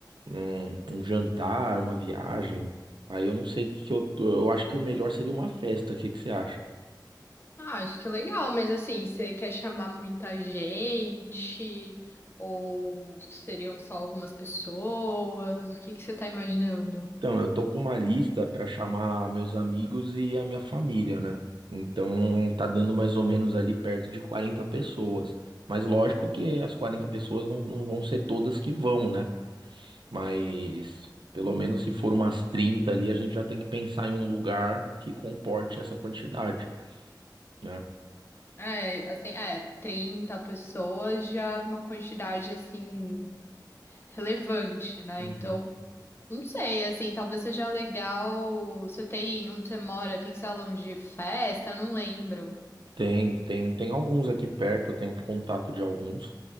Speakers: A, on the right; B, on the left.
A: um, um jantar, uma viagem. Aí eu não sei o que que eu tô. Eu acho que o melhor seria uma festa. O que que você acha?
B: Ah, acho que é legal, mas assim, você quer chamar muita gente ou seriam só algumas pessoas? O que que você tá imaginando?
A: Então, eu tô com uma lista para chamar meus amigos e a minha família, né? Então, tá dando mais ou menos ali perto de 40 pessoas. Mas lógico que as 40 pessoas não, não vão ser todas que vão, né? Mas pelo menos se for umas 30 ali, a gente já tem que pensar em um lugar que comporte essa quantidade, né?
B: É, assim, é, 30 pessoas já é uma quantidade, assim, relevante, né?
A: Uhum.
B: Então, não sei, assim, talvez seja legal. Você tem onde você mora, tem salão de festa, não lembro.
A: Tem, tem, tem alguns aqui perto, eu tenho contato de alguns.